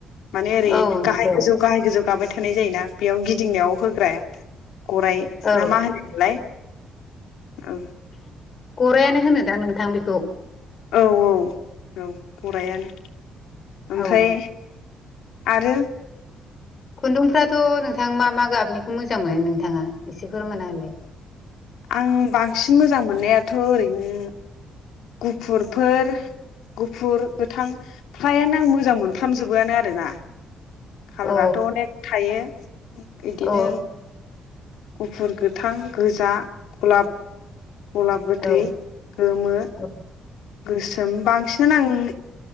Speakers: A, on the left (about 85°); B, on the left (about 45°).
A: माने ओरै
B: औ नंगौ
A: गाहाय गोजौ गाहाय गोजौ गाबाय थानाय जायोना बेयाव गिदिंनायाव होग्राया गराय
B: औ
A: ना मा होनो मोनलाय। औ।
B: गरायानो होनो दां नोंथां बेखौ।
A: औ औ औ गरायानो ओमफ्राय
B: औ
A: आरो
B: खुन्दुंफ्राथ' नोंथां मा मा गाबनिखौ मोजां मोनो नोंथाङा एसे फोरमायना होलाय।
A: आं बांसिन मोजां मोननायाथ' ओरैनो गुफुरफोर गुफुर गोथां फ्रायानो आं मोजां मोनफ्रामजोबोआनो आरोना। कालाराथ'
B: औ
A: अनेक थायो। इदिनो।
B: औ
A: गुफुर गोथां गोजा गलाब गलाब गोथै
B: औ
A: गोमो
B: औ
A: गोसोम बांसिनानो आं